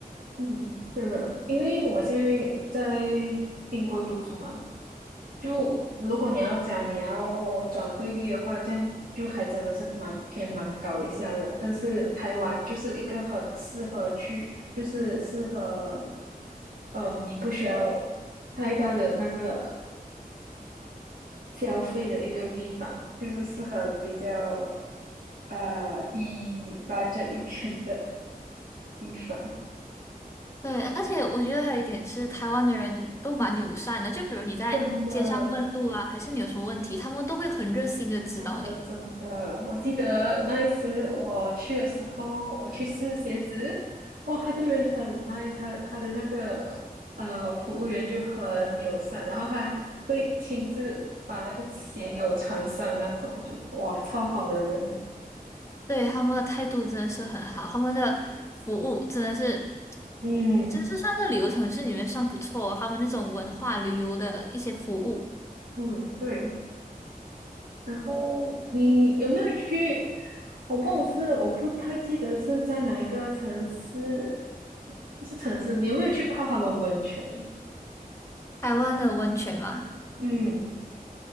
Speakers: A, on the right; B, on the left.
A: 嗯，是的，因为我现在在英国读书嘛，就如果你要讲你要转汇率的话，这样就还真的是蛮偏蛮高一下的。但是台湾就是一个很适合去，就是适合，嗯，你不需要太大的那个消费的一个地方，就是适合比较呃低 budget 一点的地方，
B: 对，而且我觉得还有一点是，台湾的人都蛮友善的，就比如你在街上问路啊，
A: 真的，
B: 还是你有什么问题，他们都会很热心的指导你。
A: 真的，真的，我记得那一次我去的时候，我去试鞋子，哇，他的人很 nice，他他的那个呃服务员就很友善，然后还会亲自把那个鞋给我穿上那种，就哇，超好的人。
B: 对，他们的态度真的是很好，他们的服务真的是。
A: 嗯
B: 真是算在旅游城市里面算不错哦他们那种文化旅游的一些服务。
A: 嗯，对，然后你有没有去？我不懂是我不太记得是在哪一个城市，不是城市。你有没有去泡他们温泉？
B: 台湾的温泉吗？
A: 嗯，